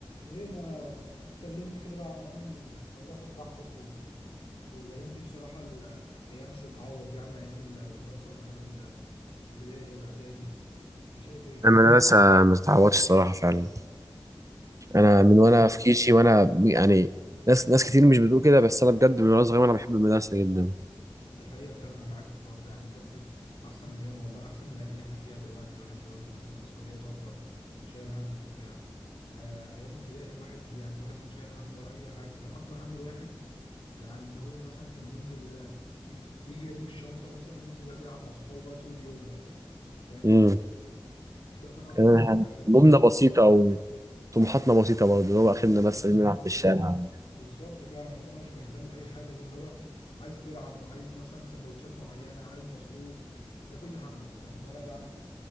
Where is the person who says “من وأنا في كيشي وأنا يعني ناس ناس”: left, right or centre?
Right